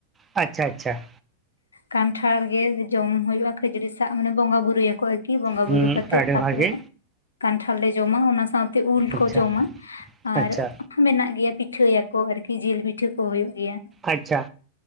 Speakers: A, on the right; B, on the left.
A: ᱟᱪᱪᱷᱟ ᱟᱪᱪᱷᱟ᱾
B: ᱠᱟᱱᱴᱷᱟᱲ ᱜᱮ ᱡᱚᱢ ᱦᱩᱭᱩᱜᱼᱟ ᱾ ᱠᱷᱟᱹᱡᱟᱹᱲᱤ ᱥᱟᱜᱽ ᱢᱟᱱᱮ ᱵᱚᱸᱜᱟ ᱵᱩᱨᱩᱭᱟᱠᱚ ᱟᱨᱠᱤ ᱵᱚᱸᱜᱟᱼ
A: ᱦᱩᱸ
B: ᱵᱩᱨᱩ ᱠᱟᱛᱮᱜ
A: ᱟᱹᱰᱤ
B: ᱛᱟᱨᱯᱚᱨᱮ,
A: ᱵᱷᱟᱜᱮ
B: ᱠᱟᱱᱴᱷᱟᱲ ᱞᱮ ᱡᱚᱢᱟ, ᱚᱱᱟ ᱥᱟᱸᱶᱛᱮ ᱩᱞ ᱠᱚ
A: ᱟᱪᱪᱷᱟ
B: ᱡᱚᱢᱟ ᱟᱨ,
A: ᱟᱪᱪᱷᱟ
B: ᱢᱮᱱᱟᱜ ᱜᱮᱭᱟ ᱯᱤᱴᱷᱟᱹᱭᱟᱠᱚ ᱟᱨᱠᱤ ᱡᱤᱞ ᱯᱤᱴᱷᱟᱹ ᱠᱚ ᱦᱩᱭᱩᱜ ᱜᱮᱭᱟ᱾
A: ᱟᱪᱪᱷᱟ